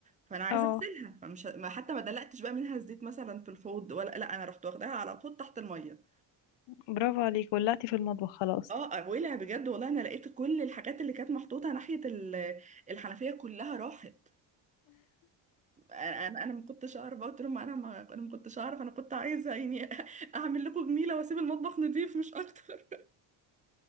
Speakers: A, on the right (about 15°); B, on the left (about 70°).
A: فانا عايزة
B: اه
A: اغسلها فمش ما- حتى ما دلقتش بقى منها الزيت مثلا في الحوض ولا لا انا رحت واخداها على طول تحت المية
B: برافو عليك ولعتي في المطبخ خلاص
A: اه آه، ولع بجد والله انا لقيت كل الحاجات اللي كانت محطوطة ناحية ال- الحنفية كلها راحت انا انا ما كنتش اعرف قلت لهم انا ما انا ما كنتش اعرف انا كنت عايزه يعني <laughs> اعمل لكم جميله واسيب المطبخ نضيف مش اكتر